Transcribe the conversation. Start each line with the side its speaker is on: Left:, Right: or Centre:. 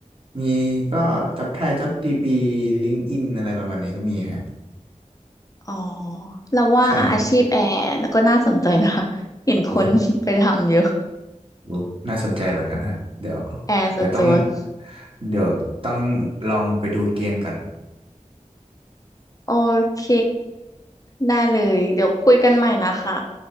Right: มีก็จับไทยจับดีบีลิงก์อินอะไรประมาณนี้ก็มีฮะ
Left: อ๋อเราว่าอาชีพแอร์ก็น่าสนใจนะคะเห็นคน
Right: ใช่โอ้
Left: <laughs> ไปทำเยอะ
Right: โหน่าสนใจเหมือนกันฮะเดี๋ยว
Left: แอร์สจ๊วต
Right: เดี๋ยวต้องเดี๋ยวต้องลองไปดูเกณฑ์ก่อน
Left: โอเค ได้เลย เดี๋ยวคุยกันใหม่นะคะ